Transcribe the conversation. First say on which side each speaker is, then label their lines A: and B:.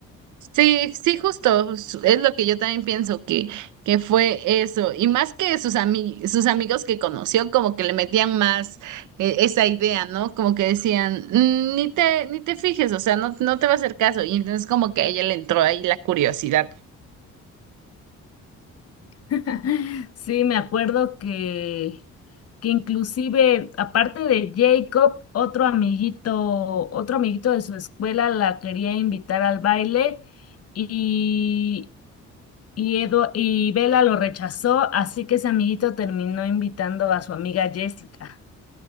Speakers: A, on the right; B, on the left.
A: Sí, sí, justo, su- es lo que yo también pienso que, que fue eso, y más que sus ami- sus amigos que conoció, como que le metían más eh, esa idea, ¿no? Como que decían, "Mm, ni te, ni te fijes, o sea, no, no te va a hacer caso, y entonces como que a ella le entró ahí la curiosidad.
B: <laughs> Sí, me acuerdo que, que inclusive, aparte de Jacob, otro amiguito, otro amiguito de su escuela la quería invitar al baile y, y, Edu- y Bella lo rechazó, así que ese amiguito terminó invitando a su amiga Jessica.